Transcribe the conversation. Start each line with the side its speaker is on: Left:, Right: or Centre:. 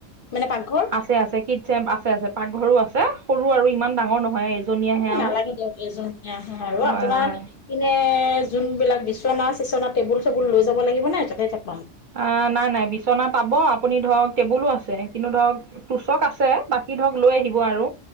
Left: মানে পাকঘৰ
Right: আছে আছে কিট চেম আছে আছে পাকঘৰো আছে সৰু আৰু ইমান ডাঙৰ নহয় আৰু এজনীয়েহে
Left: ভ
Right: আৰু
Left: নালাগে দিয়ক এজন আহে আৰু
Right: হয়
Left: আপোনাৰ
Right: হয়
Left: এনে যোন বিলাক বিচনা চিচনা টেবুল চেবুল লৈ যাব লাগিব নাই, তাতে তাতে।
Right: অ, নাই নাই বিচনাত। পাব আপুনি ধৰক টেবুলো আছে, কিন্তু ধৰক তুচক আছে বাকী ধৰক লৈ আহিব আৰু।